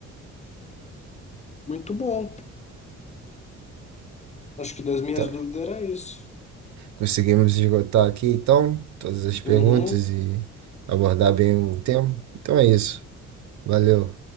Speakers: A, on the left; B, on the right.
A: Muito bom. Acho que das minhas
B: Tá.
A: dúvidas era isso.
B: Conseguimos esgotar aqui, então, todas as perguntas
A: Uhum.
B: e abordar bem o tema? Então é isso. Valeu.